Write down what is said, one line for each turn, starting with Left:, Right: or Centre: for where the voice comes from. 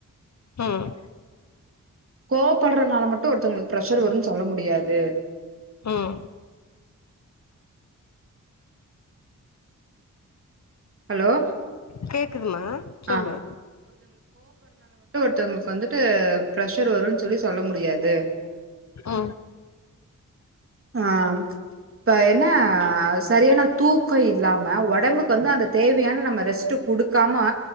Left: ம்
Right: கோவப்பட்றனால மட்டு ஒருத்தங்களுக்கு ப்ரஷர் வருன் சொல்ல முடியாது
Left: ம்
Right: ஹலோ
Left: கேக்குதுமா சொல்லு
Right: ஆ த்தவுங்களுக்கு வந்துட்டு பிரஷர் வருன் சொல்லி சொல்ல முடியாது
Left: ஓ
Right: ஆ இப்ப என்ன சரியான தூக்க இல்லாம ஒடம்புக்கு வந்து அந்த தேவையான நம்ம ரெஸ்ட்டு குடுக்காம